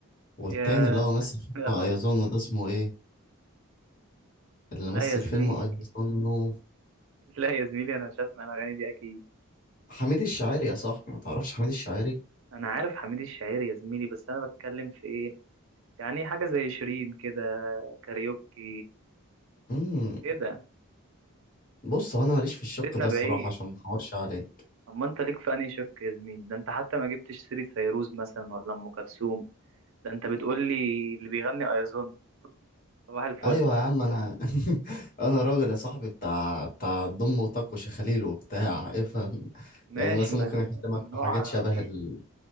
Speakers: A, on the left; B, on the right.
A: والتاني
B: يا
A: اللي هو مثل
B: <laughs>
A: فيلم
B: يا هوي
A: أيظنه ده اسمه إيه اللي
B: لا
A: مثل
B: يا زميلي
A: فيلم أيظنه
B: لا يا زميلي أنا مش هسمع الأغاني دي أكيد
A: حميد الشاعري يا صاحبي ما تعرفش حميد الشاعري
B: انا عارف حميد الشاعري يا زميلي بس انا بتكلم في ايه يعني حاجه زي شيرين كده كاريوكي
A: مم،
B: كده
A: بص هو انا ماليش في الشق
B: بيتنا
A: ده
B: بعيد
A: الصراحه عشان ما احورش عليك
B: اما انت ليك في انهي شق يا زميلي ده انت حتى ما جبتش سيره فيروز مثلا ولا ام كلثوم ده انت بتقول لي اللي بيغني ايازون صباح الفل
A: ايوه يا لا عم انا <laughs> انا راجل يا صاحبي بتاع بتاع ضم وطق وشخاليل وبتاع افهم
B: ماشي
A: يعني مثلا
B: ما
A: ممكن اكلمك
B: نوعها
A: في حاجات شبه
B: غريب
A: ال...